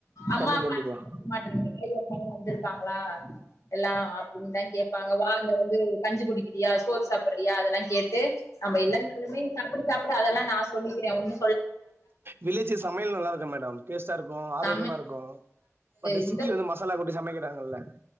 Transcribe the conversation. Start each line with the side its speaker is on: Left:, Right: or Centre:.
Left: அம்மா
Right: கண்டி
Left: அப்பா
Right: கண்டிப்பா
Left: <unintelligible> ஆயூ அப்பன் வந்துருக்காங்களா எல்லா அப்டின்தா கேப் ப்பாங்க வா இங்க வந்து கஞ்சி குடிக்கிறியா சோறு சாப்புடறியா அதெல்லா கேட்டு நம்ப இல்லனாலுமே சாப்புடு சாப்புடு அதல்லா நா சொல்லிக்கிறே ஒண்ணு
Right: வில்லேஜ்ல சமயல் நல்லாருக்கோ மேடம் டேஸ்ட்டாருக்கோ ஆரோக்யமாருக்கோ
Left: தமிழ்
Right: பட்
Left: இந்த
Right: சிட்டில வந்து மசாலா கொட்டி சமக்கிறாங்கல்ல